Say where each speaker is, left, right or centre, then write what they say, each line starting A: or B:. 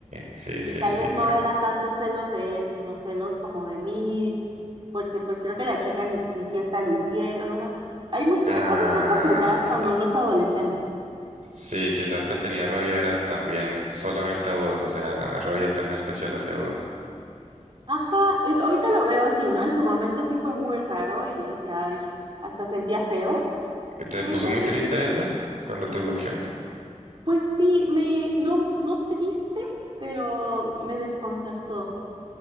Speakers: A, on the right; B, on the right.
A: sí, sí,
B: Y tal
A: sí,
B: vez no
A: claro.
B: era tantos celos de él, sino celos como de mí, porque pues creo que la chica ni, ni fiesta le hicieron, o sea, pues, hay, mu-
A: Ah,
B: hay cosas muy complicadas
A: ok.
B: cuando uno es adolescente.
A: Sí, quizás te tenía rabia, era también solamente a vos, o sea, rabia también especial hacia vos.
B: Ajá, es- ahorita lo veo así, ¿no? En su momento sí fue muy raro y yo decía, ay, hasta sentía feo,
A: ¿Te
B: pero
A: puso
B: ahorita
A: muy
B: digo,
A: triste
B: pues
A: eso cuando te bloqueó?
B: Pues sí, me, no, no triste, pero me desconcertó,